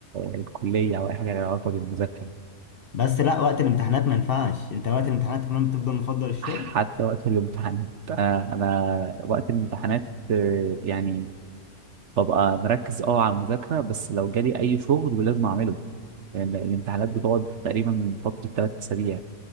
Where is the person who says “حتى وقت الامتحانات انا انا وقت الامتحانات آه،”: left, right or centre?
Right